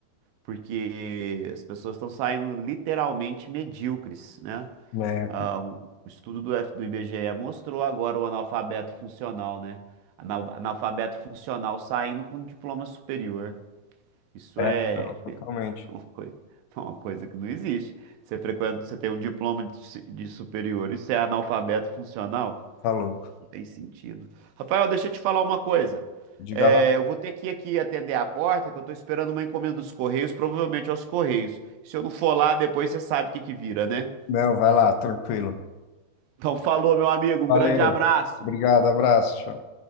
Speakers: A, on the right (about 80°); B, on the left (about 80°).
A: porque as pessoas estão saindo literalmente medíocres, né?
B: É,
A: Ah, o o estudo do, F, do IBGE mostrou agora o analfabeto funcional, né? Anal- Analfabeto funcional saindo com diploma superior. Isso
B: é,
A: é
B: não, totalmente.
A: <laughs> uma coisa, uma coisa que não existe. Você frequenta, você tem um diploma de, su- de superior e você é analfabeto funcional?
B: Tá louco.
A: Tem sentido. Rafael, deixa eu te falar uma coisa.
B: Diga
A: É,
B: lá.
A: eu vou ter que ir aqui atender a porta, que eu tô esperando uma encomenda dos Correios, provavelmente aos Correios. Se eu não for lá, depois você sabe o que que vira, né?
B: Não, vai lá, tranquilo.
A: Então, falou, meu amigo. Um
B: Valeu.
A: grande abraço.
B: Obrigado, abraço, tchau.